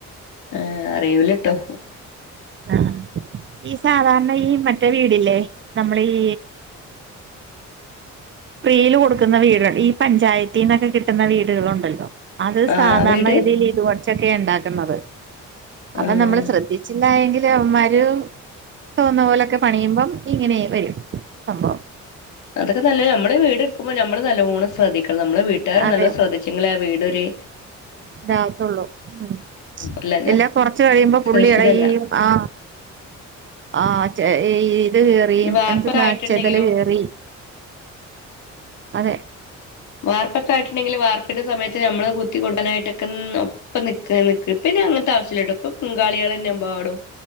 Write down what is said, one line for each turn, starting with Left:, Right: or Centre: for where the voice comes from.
Left: ആ അറിയൂലട്ടോ
Right: ആ ഈ സാധാര്ണ ഈ മറ്റേ വീടില്ലേ നമ്മള് ഈ ഫ്രീയിൽ കൊടുക്കുന്ന വീടുകൾ ഈ പഞ്ചായത്തിന്നൊക്കെ കിട്ടുന്ന വീടുകളുണ്ടല്ലോ. അത്
Left: ആഹ്
Right: സാധാരണ
Left: വീട്
Right: ഗതിയിൽ ഇത് വെച്ചൊക്കെ ഇണ്ടാക്കുന്നത് അപ്പ
Left: ആഹ്
Right: നമ്മൾ ശ്രദ്ധി ച്ചില്ലായെങ്കില് അവൻമാര് തോന്നുന്ന പോലക്കെ പണിയുമ്പം ഇങ്ങനെ വരും സംഭവം
Left: അതൊക്കെ നല്ല നമ്മള് വീട് എടുക്കുമ്പോ നമ്മള് നല്ലോണം ശ്രദ്ധിക്കണം നമ്മളെ വീട്ടുകാരും
Right: അതെ
Left: നല്ലം ശ്രദ്ധി ച്ചെങ്കിലേ ആ വീട് ഒര്
Right: ഇതാവത്തള്ളു ഉം
Left: അല്ലാഞ്ഞ
Right: എല്ലാം കൊറച്ച് കഴിയുമ്പം പുള്ളി
Left: സുരക്ഷിതല്ല
Right: <unintelligible> ആ ആ ചെ ഈത് കേറിയും
Left: ഇനി വാർപ്പൊക്കെ
Right: എന്തെന്നാ
Left: ആയിട്ടുണ്ടെങ്കിലും
Right: ചെതല് കേറി അതെ
Left: വാർപ്പക്കെ ആയിട്ടുണ്ടെങ്കിൽ വാർപ്പിന്റെ സമയത്ത് നമ്മള് കുത്തി കൊടുക്കാനായിട്ടക്കെന്നോ ഇപ്പ നിക്ക് നിക്കട്ട് പിന്നെ അങ്ങൻത്തെ ആവശ്യ ഇല്ലട്ടോ ഇപ്പം ബംഗാളികളന്നെ എമ്പാടും